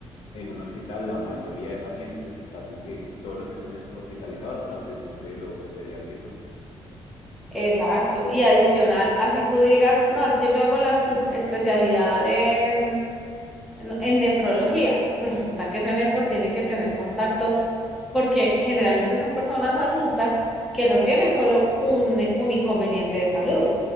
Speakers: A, on the left; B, in the centre.
A: en un hospital la mayoría de pacientes, casi que todos los que están hospitalizados, a excepción de los pediátricos.
B: exacto. Y adicional, así tú digas, no, es que yo hago la subespecialidad en, en, en nefrología, pues resulta que ese nefro tiene que tener contacto porque generalmente son personas adultas que no tienen solo un, un inconveniente de salud.